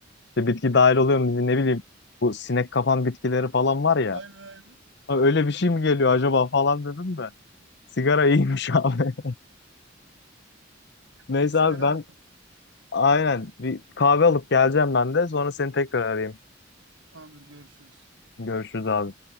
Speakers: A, on the left (about 60°); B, on the right (about 80°).
A: İşte bitki dahil oluyor mu ne bileyim. Bu sinek kapan bitkileri falan var ya.
B: Aynen aynen.
A: Ha, Öyle bir şey mi geliyor acaba falan dedim de. Sigara iyiymiş <laughs> abi. Neyse
B: Bir sigaram
A: abi ben
B: oldu.
A: aynen bir kahve alıp geleceğim ben de. Sonra seni
B: Tamam,
A: tekrar arayayım.
B: Tamamdır görüşürüz.
A: Görüşürüz abi.